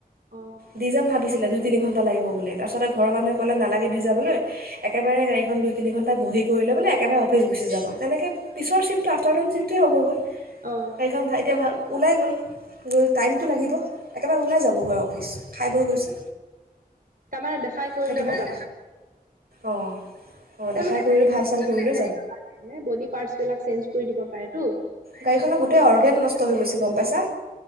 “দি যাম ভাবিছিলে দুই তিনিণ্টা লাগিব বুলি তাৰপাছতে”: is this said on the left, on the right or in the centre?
Right